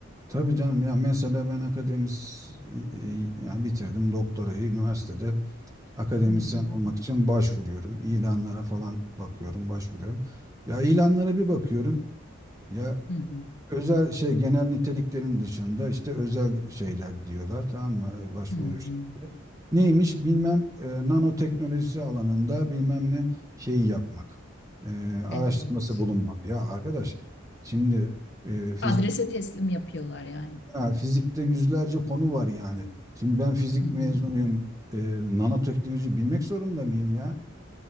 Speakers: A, on the right; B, on the left.
A: Tabii canım ya mesela ben akademis e, e, yani bitirdim doktorayı üniversitede akademisyen
B: Hı hı.
A: olmak için başvuruyorum. İlanlara falan bakıyorum, başvuruyorum. Ya ilanlara bir bakıyorum. Ya
B: Hı hı.
A: özel şey genel niteliklerin dışında işte özel şeyler diyorlar tamam mı? E, Başvuru
B: Hı hı.
A: şekli. Neymiş bilmem e, nanoteknolojisi alanında bilmem ne şeyi yapmak. E,
B: Evet.
A: araştırması bulunmak. Ya arkadaş şimdi e,
B: Adrese teslim yapıyorlar yani.
A: Ha, fizikte yüzlerce konu var yani. Şimdi ben fizik
B: Hı hı.
A: mezunuyum. E, nanoteknoloji bilmek zorunda mıyım ya?